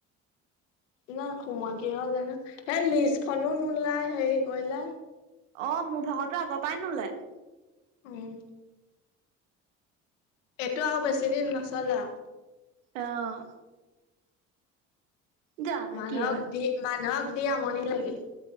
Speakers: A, on the left (about 80°); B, on the right (about 85°).
A: ন সোময় কি হ'ল জানো, হেই লিষ্টখনো নোলাই হেৰি কৰিলে।
B: অ মোৰ ভাগতো আগৰ পাই নোলাই।
A: উম এইটো আৰু বেছিদিন নচলে আও।
B: অহ। জানো
A: মানুহক
B: কি হয়
A: দি, মানুহক দি আমনি লাগিল।